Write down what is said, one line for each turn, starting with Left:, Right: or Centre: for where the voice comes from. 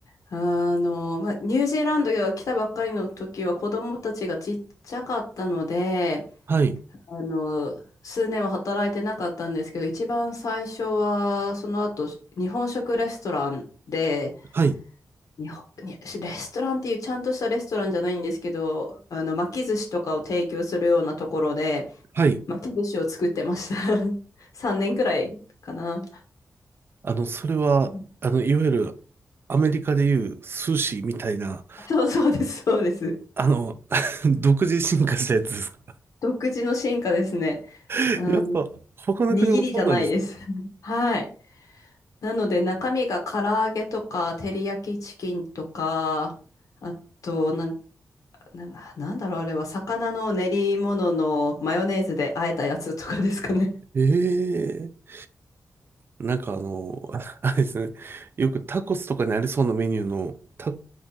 Left: あの、まあ、ニュージーランドが来たばっかりの時は子供たちがちっちゃかったので、
Right: はい、
Left: あの、数年は働いてなかったんですけど、一番最初は、その後、日本食レストランで、
Right: はい、
Left: 日本、にレストランっていうちゃんとしたレストランじゃないんですけど、あの、巻き寿司とかを提供するようなところで、
Right: はい。
Left: 巻き寿司を作ってました。<laughs> 3年くらいかな。
Right: あの、それは、
Left: うん
Right: あの、いわゆる、アメリカでいう寿司みたいな、
Left: そうそうです、そうです。
Right: あの、<laughs> 独自進化したやつですか
Left: 独自の進化ですね。
Right: <laughs>
Left: あの、
Right: やっぱ、他の国もそうなんですね。
Left: 握りじゃないです。<laughs> はい。なので中身が唐揚げとか、照り焼きチキンとか、あと、なん、なんなんだろう、あれは、魚の練り物のマヨネーズで和えたやつとかですかね。
Right: ええなんかあの、<laughs> あれですね。よくタコスとかにありそうなメニューの、タ、